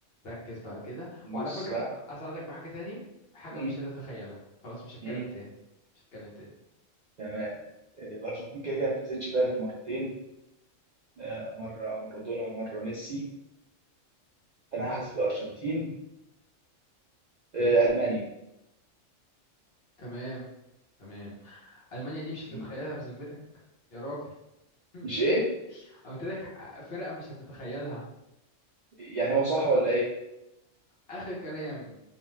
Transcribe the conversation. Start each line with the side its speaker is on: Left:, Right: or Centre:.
Left: ركز بقى كده وعلى
Right: بص
Left: فكره
Right: بقى
Left: اساعدك بحاجه تاني حاجه
Right: مم.
Left: مش هتتخيلها خلاص مش هتكلم
Right: مم.
Left: تاني مش هتكلم تاني
Right: تمام آه، الارجنتين كده كده ما فازتش بقى غير مرتين آه، مره مارادونا ومره ميسي فانا هحذف الارجنتين آه، المانيا
Left: تمام تمام المانيا دي مش
Right: مم.
Left: هتتخيلها بذمتك يا راجل <laughs>
Right: مش ايه
Left: قلت لك آه، فرقه مش هتتخيلها
Right: يعني هو صح ولا ايه
Left: آخر كلام